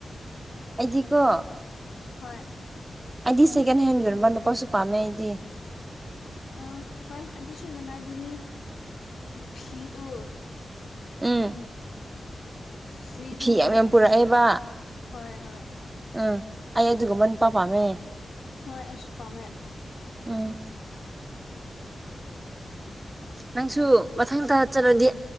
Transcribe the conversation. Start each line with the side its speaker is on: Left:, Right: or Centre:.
Right: ꯑꯩꯗꯤꯀꯣ
Left: ꯍꯣꯏ
Right: ꯑꯩꯗꯤ ꯁꯦꯀꯦꯟꯍꯦꯟ ꯌꯣꯟꯕ ꯅꯨꯄꯥꯁꯨ ꯄꯥꯝꯃꯦ ꯑꯩꯗꯤ
Left: ꯑ ꯍꯣꯏ ꯑꯗꯨꯁꯨ ꯅꯉꯥꯏꯕꯅꯦ ꯐꯤꯗꯣ
Right: ꯎꯝ
Left: ꯐ꯭ꯔꯤꯗꯨ
Right: ꯐꯤ ꯌꯥꯝ ꯌꯥꯝ
Left: ꯗꯤ
Right: ꯄꯨꯔꯛꯑꯦꯕ
Left: ꯍꯣꯏ ꯍꯣꯏ
Right: ꯎꯝ ꯑꯩ ꯑꯗꯨꯒꯨꯝꯕ ꯅꯨꯄꯥ ꯄꯥꯝꯃꯦ
Left: ꯍꯣꯏ ꯑꯩꯁꯨ ꯄꯥꯝꯃꯦ
Right: ꯎꯝ
Left: <unintelligible>
Right: ꯅꯪꯁꯨ ꯃꯊꯪ ꯇꯥ ꯆꯠꯂꯗꯤ